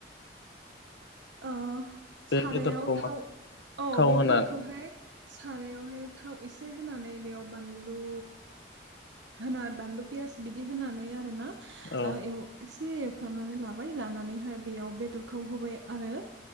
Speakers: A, on the right; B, on the left.
A: ओ
B: बे
A: सारायाव
B: बेदरखौ मा
A: थाव औ
B: थाव
A: बे
B: होनानै
A: बेदरखौहाय सारायावहाय थाव एसे होनानै बेयाव बानलु होना बानलु पियास बिदि होनानै आरो ना ओ
B: औ
A: एव एसे एवफ्रामनानै लाबाय लानानैहाय बेयाव बेदरखौ होबाय आरो